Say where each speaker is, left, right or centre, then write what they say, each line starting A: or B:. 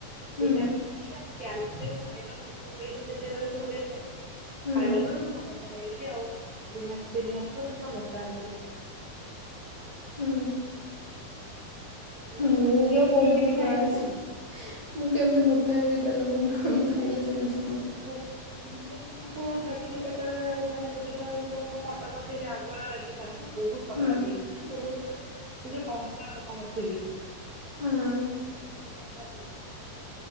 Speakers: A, on the left (about 20°); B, on the right (about 65°).
A: ହୁଁ
B: ଭିଟାମିନ ଡି ଆଉ କ୍ୟାଲସିୟମ ଆଇରନ୍ ଏ ସବୁ ମେଡିସିନ ସେତେବେଳେ ସବୁ ଦେଲେ
A: ହୁଁ
B: ଖାଇଲା ପରେ ମୁଁ ପୁରା ମୋଟା ହେଇଲି ଆଉ ଦିନ ମାସ ତିନି ମାସ ପରେ ମୁଁ ପୁରା ମୋଟା ହେଲି।
A: ହୁଁ।
B: ସେଗୁଡା
A: ମୁଁ
B: କ୍ଷୀର
A: ତ ବହୁତ
B: ଫିର କିଛି
A: ପତଳା
B: ଖାଇନି
A: ଅଛି।
B: ନା
A: ମୁଁ କେମିତି ମୋଟା ହେବି ତାହେଲେ କଣ ମୁଁ ଖାଇଲେ ସେ ମେଡିସି
B: <unintelligible> ମୁ କେତେବେଳେ ମାନେ ସୁବିଧା ହଉ ମୁଁ ଫଟୋ ପଠେଇବି ଆଗରୁ ଆଉ ଏବେ କାର ମୁଁ ବହୁତ ପତଳା
A: ହୁଁ
B: ଥିଲି। ମାନେ ବହୁତ ଗୁଡେ ସେ ଯୋଉ କଂସ ରକମର ଥିଲି। <unintelligible>
A: ହୁଁ